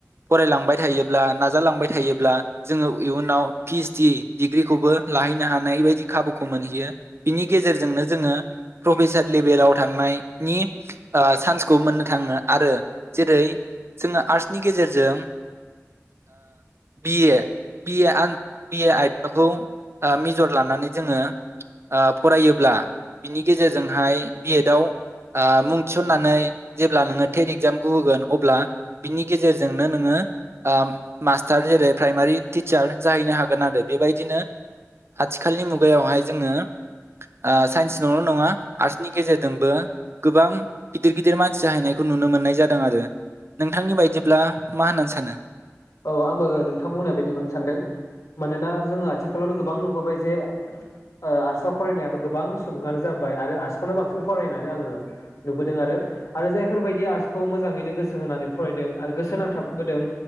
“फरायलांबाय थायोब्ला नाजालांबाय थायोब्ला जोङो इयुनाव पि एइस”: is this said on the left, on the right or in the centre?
Right